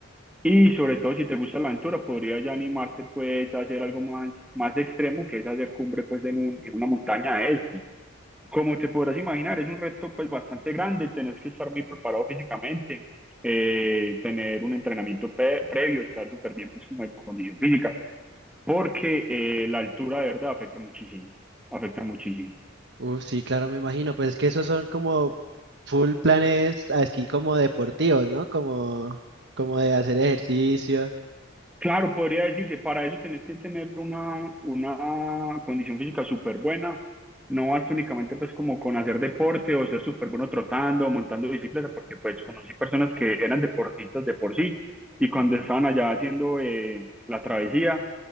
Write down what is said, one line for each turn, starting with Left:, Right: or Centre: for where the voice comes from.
Centre: Y sobre todo si te gusta la aventura, podría ya animarte pues a hacer algo más, más extremo, que es hacer cumbre pues en un- en una montaña de esas. Como te podrás imaginar, es un reto pues bastante grande, tenés que estar muy preparado físicamente, eh, tener un entrenamiento pre- previo, estar súper bien pues como de condición física, porque eh, la altura de verdad afecta muchísimo, afecta muchísimo.
Right: Uh, sí, claro, me imagino, pues es que esos son como full planes así como deportivos, ¿no? Como, como de hacer ejercicio.
Centre: Claro, podría decirse, para eso tenés que tener una, una condición física súper buena. No basta únicamente pues como con hacer deporte o ser súper bueno trotando o montando bicicleta, porque pues conocí personas que eran deportistas de por sí y cuando estaban allá haciendo eh, la travesía